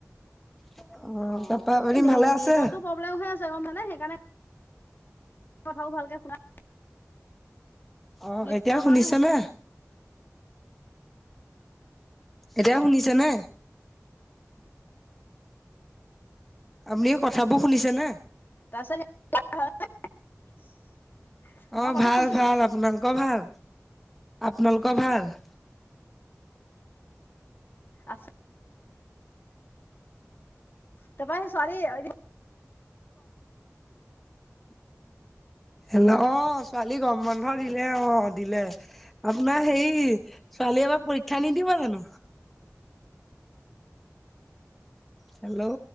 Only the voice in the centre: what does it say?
তাৰপৰা
আপুনি
ভালে
আছে?
অ,
এতিয়া শুনিছে
নে? এতিয়া শুনিছে নে? আমিও কথাবো শুনিছে নে?
অ
ভাল
ভাল, আপোনালোকৰ ভাল? আপোনালোকৰ ভাল?
হেল্ল'। অহ, ছোৱালী গৰম বন্ধ দিলে অহ, দিলে। আপোনাৰ হেৰি, ছোৱালীয়ে এবাৰ পৰীক্ষা নিদিব জানো? হেল্ল'!